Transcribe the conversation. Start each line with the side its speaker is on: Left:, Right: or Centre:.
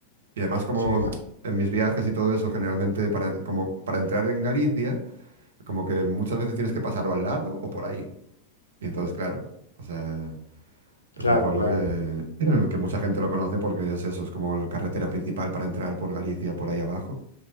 Right: Y además como
Left: Sí,
Right: en mis viajes y todo eso, generalmente para, como para entrar en Galicia, como que muchas veces tienes que pasar o al lado o por ahí. Y entonces, claro, o sea, es
Left: claro,
Right: un pueblo
Left: claro.
Right: que, en el que mucha gente lo conoce porque es eso, es como la carretera principal para entrar por Galicia, por ahí abajo,